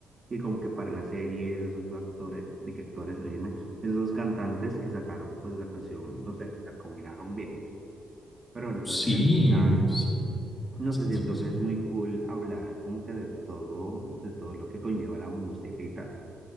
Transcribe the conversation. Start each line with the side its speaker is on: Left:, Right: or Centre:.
Right: y como que para la serie esos dos actores, de que actores, óyeme, esos dos cantantes que sacaron pues la canción, no sé, la combinaron bien, pero bueno, sabes
Left: Sí,
Right: que al final...
Left: son buenas
Right: No sé,
Left: canciones,
Right: siento que
Left: sí.
Right: es muy cool hablar como que de todo, de todo lo que conlleva la música y tal.